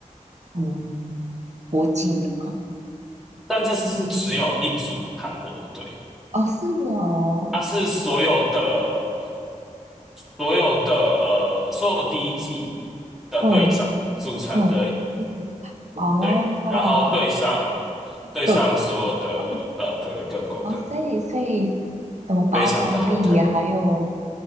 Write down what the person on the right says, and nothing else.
嗯，国际的吗？
哦，是哦，
嗯嗯嗯，哦，
各国，嗯哦，所以所以什么八大利呀，
还有